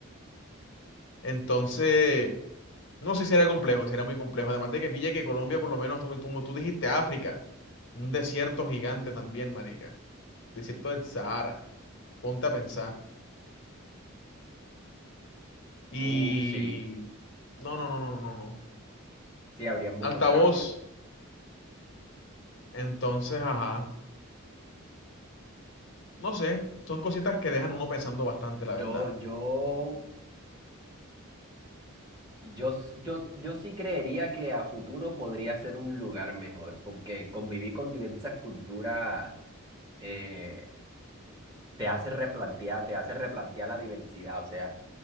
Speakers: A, on the left; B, on the right.
A: Entonces, no sé si era complejo, si era muy complejo. Además de que pille que Colombia, por lo menos, como tú, como tú dijiste, África, un desierto gigante también, marica. Desierto del Sahara. Ponte a pensar. Y
B: Uf, sí,
A: no, no, no, no, no, no, no.
B: sí, habría muchos
A: Altavoz.
B: cambios.
A: Entonces, ajá. No sé. Son cositas que dejan uno pensando bastante, la verdad.
B: Yo, yo Yo, s- yo, yo sí creería que a futuro podría ser un lugar mejor, porque convivir con diversas culturas eh, te hace replantear, te hace replantear la diversidad, o sea,